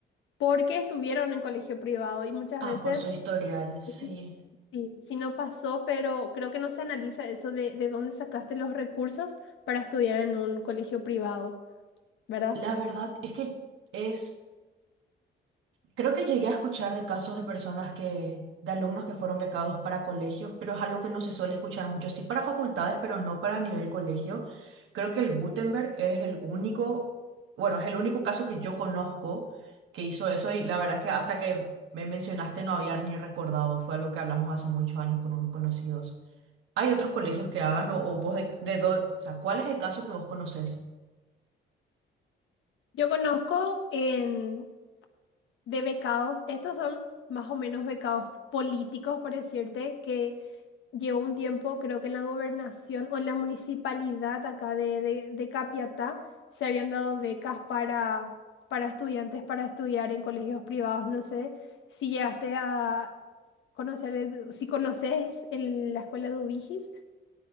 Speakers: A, on the left (about 75°); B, on the right (about 80°).
A: porque estuvieron en colegio privado y muchas
B: Ah,
A: veces...
B: por su historial, sí.
A: pues Sí, sí, sí no pasó, pero creo que no se analiza eso de, de dónde sacaste los recursos para estudiar en un colegio privado, ¿verdad?
B: La verdad es que es Creo que llegué a escuchar de casos de personas que, de alumnos que fueron becados para colegios, pero es algo que no se suele escuchar mucho. Sí para facultades, pero no para nivel colegio. Creo que el Gutenberg es el único, bueno, es el único caso que yo conozco que hizo eso y la verdad es que hasta que me mencionaste no había ni recordado. Fue algo que hablamos hace muchos años con unos conocidos. ¿Hay otros colegios que hagan o, o vos de, de dó- o sea, ¿cuál es el caso que vos conocés?
A: Yo conozco en de becados. Estos son más o menos becados políticos, por decirte, que llegó un tiempo, creo que en la gobernación o en la municipalidad acá de, de, de Capiatá, se habían dado becas para, para estudiantes para estudiar en colegios privados. No sé si llegaste a conocer, Edu- si conoces el- la escuela de Ubigis.